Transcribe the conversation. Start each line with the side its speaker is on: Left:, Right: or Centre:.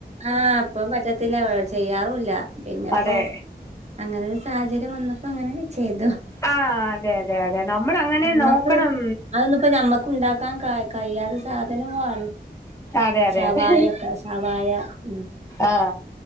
Right: ആ അപ്പം പറ്റത്തില്ല ചെയ്യാറുവില്ല പിന്നിപ്പോ
Left: അതെ
Right: അങ്ങനെരു സാഹചര്യം വന്ന അപ്പൊ അങ്ങനെ എത്
Left: ആഹ് അതെ അതെ അതെ നമ്മൾ അങ്ങനെ
Right: നമ്മക്ക്
Left: നോക്കണം
Right: അതൊന്നിപ്പ ഞമ്മക്ക് ഉണ്ടാക്കാൻ ക കയ്യാതെ സാധനവാണ്
Left: അതെ അതെ
Right: ശവയാക്ക
Left: അതെ
Right: ശവായ ഉം
Left: ആ